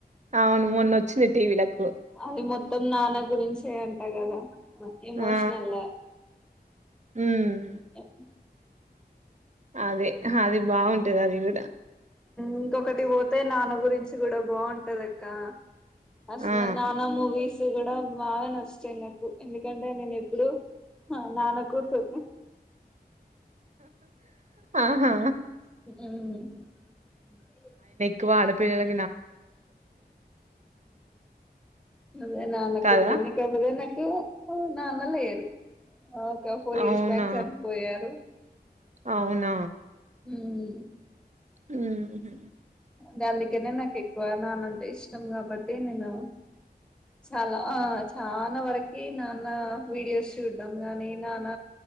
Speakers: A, on the right; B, in the centre.
A: అవును మొన్న వచ్చింది టీవీ లకి
B: అది మొత్తం నాన్న గురించే అంటా కదా ఎమోషనల్
A: ఆ ఉమ్
B: ఉమ్
A: అదే అదే బాగుంటది అది కూడా
B: ఇంకొకటి పోతే నాన్న గురించి కూడా బాగుంటది అక్క అసలు
A: ఆ
B: నానా మూవీస్ కూడా బాగా నచ్చతాయి నాకు ఎందుకంటే నేను ఎప్పుడు ఆ నాన కూర్తు
A: ఆహాా
B: అ
A: త ప
B: అదే నాన్నకుతుంది
A: కదా
B: కాబదే నా ఇ నాన్నల ఏదు ఒక ఫోర్
A: అవునా
B: ఇయర్స్ బ్యాక్ చనిపోయారు
A: అవునా
B: హ
A: ఉహు
B: దాందుకనే నాకు ఎక్కువ నాన్నంటే ఇష్టం కాబట్టి నేను చాలా ఆ చాలా వరకి నాన్న వీడియోస్ చూడ్డంం గాని నాన్న